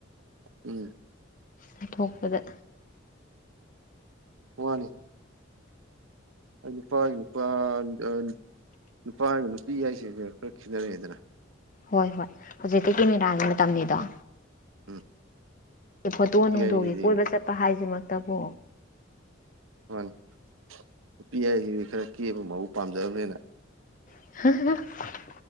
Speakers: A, on the right; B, on the left.
A: ꯎꯝ
B: ꯆꯠꯊꯣꯛꯄꯗ
A: ꯋꯥꯅꯤ ꯑꯩ ꯅꯨꯄꯥꯒꯤ ꯅꯨꯄꯥ ꯑ ꯅꯨꯄꯥꯒ ꯅꯨꯄꯤ ꯍꯥꯏꯁꯦꯒ ꯈꯔ ꯈꯦꯠꯅꯔꯑꯦꯗꯅ
B: ꯍꯣꯏ ꯍꯣꯏ ꯍꯧꯖꯤꯛꯇꯤ ꯀꯦꯃꯦꯔꯥꯒꯤ ꯃꯇꯝꯅꯤꯗꯣ
A: ꯎꯝ
B: ꯐꯣꯇꯣ
A: ꯅꯨꯄꯤ
B: ꯅꯨꯡꯗꯣꯒꯤ
A: ꯍꯥꯏꯁꯤꯗꯤ
B: ꯀꯣꯏꯕ ꯆꯠꯄ ꯍꯥꯏꯖꯤꯃꯛꯇꯕꯨ
A: ꯃꯥꯅꯤ ꯅꯨꯄꯤ ꯍꯥꯏꯁꯤꯗꯤ ꯈꯔ ꯀꯦꯕ ꯃꯧꯕ ꯄꯥꯝꯖꯕꯅꯤꯅ
B: <unintelligible>